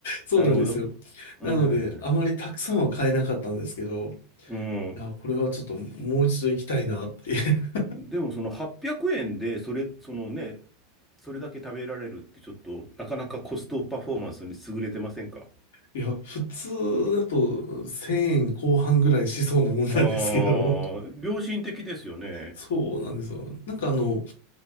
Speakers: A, on the left; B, in the centre.
A: そうなんですよ。
B: なるほど。はいはいはい。
A: なので、あまりたくさんは買えなかったんですけど、
B: うん。
A: いや、これはちょっともう一度行きたいなって。<laughs>
B: でもその800円で、それ、そのね、それだけ食べられるってちょっと、なかなかコストパフォーマンスに優れてませんか
A: いや、普通だと1000円後半ぐらいしそうなもんなんですけど、
B: ああー、良心的ですよね。
A: そうなんですよ。なんかあの、